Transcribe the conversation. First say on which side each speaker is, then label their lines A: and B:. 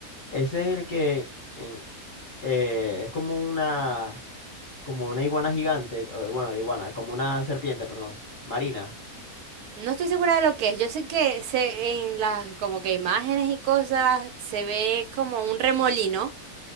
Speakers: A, on the left; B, on the right.
A: ese es el que. en- eh, es como una, como una iguana gigante, eh, bueno, iguana, como una serpiente, perdón, marina.
B: No estoy segura de lo que es. Yo sé que se, en las como que imágenes y cosas se ve como un remolino.